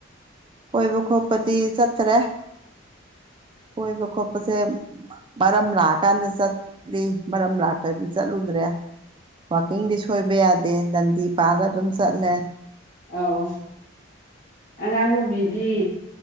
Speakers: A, on the right; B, on the left.
A: ꯀꯣꯏꯕ ꯈꯣꯠꯄꯗꯤ ꯆꯠꯇꯔꯦ ꯀꯣꯏꯕ ꯈꯣꯠꯄꯁꯦ ꯃꯔꯝ ꯂꯥꯛꯑꯀꯥꯟꯗ ꯆꯠꯂꯤ ꯃꯔꯝ ꯂꯥꯛꯇ꯭ꯔꯗꯤ ꯆꯠꯂꯨꯗ꯭ꯔꯦ꯫ ꯋꯥꯀꯤꯡꯗꯤ ꯁꯣꯏꯕ ꯌꯥꯗꯦ ꯗꯟꯗꯤ ꯄꯥꯜꯂ ꯑꯗꯨꯝ ꯆꯠꯂꯦ
B: ꯑꯥꯎ ꯑꯉꯥꯡ ꯅꯨꯨꯕꯤꯗꯤ